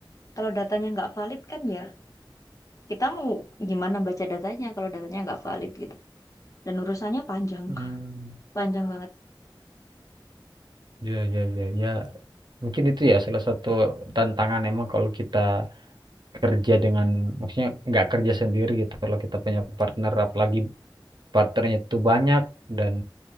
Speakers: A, on the left; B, on the right.
A: kalau datanya nggak valid kan ya kita mau gimana baca datanya kalau datanya nggak valid gitu dan urusannya panjang
B: Hmm.
A: panjang banget
B: Ya, ya, ya, ya. Mungkin itu ya salah satu tantangan emang kalau kita kerja dengan, maksudnya nggak kerja sendiri gitu. Kalau kita punya partner, apalagi partnernya itu banyak dan